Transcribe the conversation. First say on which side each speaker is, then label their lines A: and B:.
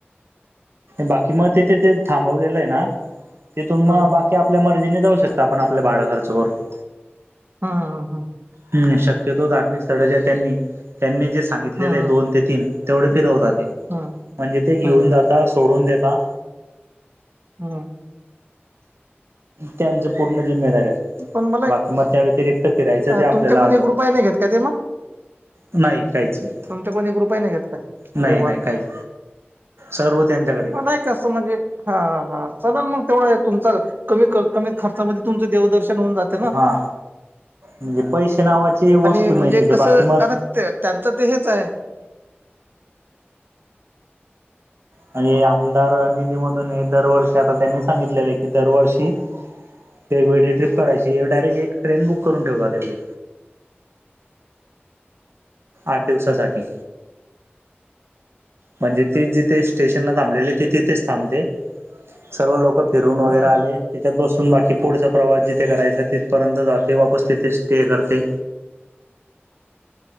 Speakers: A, on the right (about 80°); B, on the right (about 55°).
A: बाकी मग, ते तेथ ते थांबवलेलं आहे ना तिथून
B: हम्म
A: मग बा ते आपल्या मर्जीने जाऊ शकता, आपण आपलं भाडं खर्च करून.
B: हा हा हा.
A: हम् शक्यतो धार्मिक स्थळ जे त्यांनी त्यांनी जे सांगितलेले
B: हम्म हम्म
A: दोन ते तीन तेवढे फिरवतात. ते
B: हम्म
A: म्हणजे ते घेऊन
B: हम्म
A: जात आ सोडून देता
B: हा.
A: त्यांचं पूर्ण जिम्मेदार असतं.
B: पण मला एक
A: बाकी मग, त्या व्यतिरिक्त फिरायचं
B: अ,
A: ते आपल्याला
B: तुमच्या कोणी ग्रुपही नाही घेत का ते मग
A: नाही काहीच नाही
B: तुमच्या कुण एक रुपया नाही घेत का
A: नाही
B: अरे
A: नाही
B: वा!
A: काहीच सर्व त्यांच्याकड.
B: मला आहे तसं म्हणजे. हा हा, चलाल मग, तेवढा तुमच कमी कमी खर्चामध्ये तुमचं देवदर्शन होऊन जात.
A: हा, म्हणजे पैसे नावाची वस्तू
B: आणि म्हणजे
A: मिळते
B: कसं
A: बाकी मग,
B: आता ते त्यांचं ते हेच आहे.
A: म्हणजे आमदार निधीमधून हे दरवर्षी आता त्यांनी सांगितलेलं आहे की दरवर्षी वेग वेगळी ट्रिप काढायची डायरेक् एक ट्रेन बुक करून ठेवता तेवढी. आठ दिवसासाठी. म्हणजे ती जिथे स्टेशनला थांबलेली ती तिथेच थांबते. सर्व लोक फिरून वगैरे
B: हम्म
A: आले. तिच्यात बसून बाकी पुढचा प्रवास जिथे करायचा तिथपर्यंत जाते वापस तिथे स्टे करते.